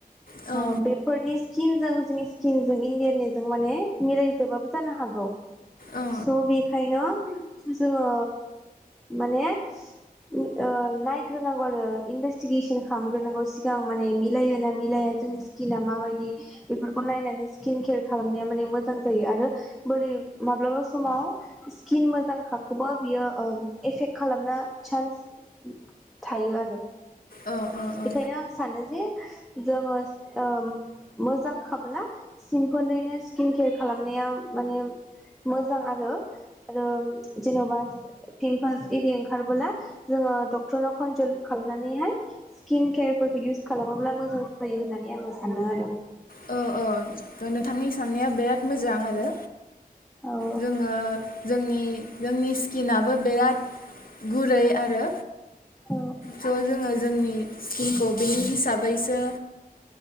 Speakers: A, on the left; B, in the centre.
A: औ
B: ओ बेफोरनि स्किनजों जोंनि स्किन जों इण्डियनिजों माने मिलायजोबाबो जानो हागौ।
A: औ
B: स बेखायनो जोङो माने ओ नायग्रोनांगौ आरो इनभेस्टिगेसन खालामग्रोनांगौ सिगां माने मिलायो ना मिलाया जोंनि स्किना माबायदि बेफोरखौ नायनानै स्किन केयार खालामनाया माने मोजां जायो आरो बोरै माब्लाबा समाव स्किन मोजांखाखौबो बियो ओ एफेक्ट खालामनो चान्स थायो आरो।
A: औ औ
B: बेखायनो आं सानो जे जोङो ओ मोजां खाबोला सिम्पोलैनो स्किन केयार खालामनाया माने मोजां आरो आरो जेनबा पिमपोल्स एरि ओंखारबोला जोङो डक्टरनाव कनसाल्ट खालामनानैहाय स्किन केयारफोरखौ इउस खालामोब्ला मोजां जायो होननानै आङो सानदोंआरो।
A: औ औ नोंथांनि साननाया बिराद मोजां आरो।
B: औ
A: जोङो जोंनि जोंनि स्किनाबो बिराद गुरै आरो
B: उम
A: स‌' जोङो जोंनि स्किनखौ बेनि हिसाबैसो